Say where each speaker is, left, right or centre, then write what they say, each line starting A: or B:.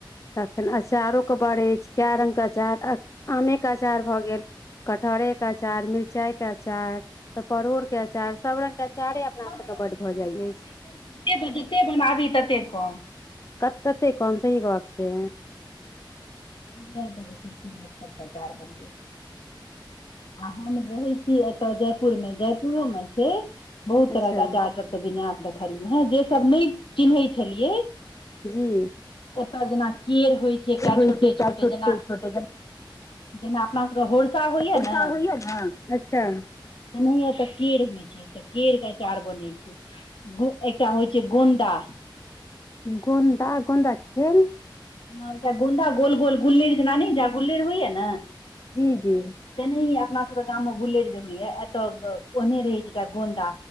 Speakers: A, on the left; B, on the left.
A: त फेन अचारो के बड़ अछि कए रंग के अचार आमे के अचार भऽ गेल कटहरे के अचार मिरचाई के अचार त परोड़ के अचार सभ रंग के अचारे अपना
B: सभ
A: सभके
B: रंग
A: बड्ड
B: के
A: भऽ
B: बजार
A: जाइत अछि
B: आइ काल्हि जते बनाबी तते कम
A: कत तते कम सही गप छै।
B: तऽ देख स्तर चार बन आ हम रहे छी एतय जयपुर मे जयपुरो मे छै बहुत
A: अच्छा
B: तरह के अचार सभ विन्यास देखलियै ह जे सभ नहि चिन्है छलियै
A: जी
B: एतय जेना केरड़ होइ छै एकटा
A: होइ
B: छोटे
A: छै एकटा
B: छोटे जेना।
A: छोटे जेना
B: जेना अपना सभके होरसा होइय
A: गोनसा
B: ने
A: होइया ने अच्छा
B: एनयत केरड़ होइ छै तऽ केरड़ के अचार बनै छै एकटा होइ छै गोन्दा
A: गोन्दा गोन्दा कऽ भेल
B: हटा गोन्द गोल गोल गुले नानी जा गुलेर होइया ने
A: जी जी।
B: तेनाहि अपना सभके गाम मे गुलेर जे होइएा एतय ओहने रहै छैटा गोन्दा।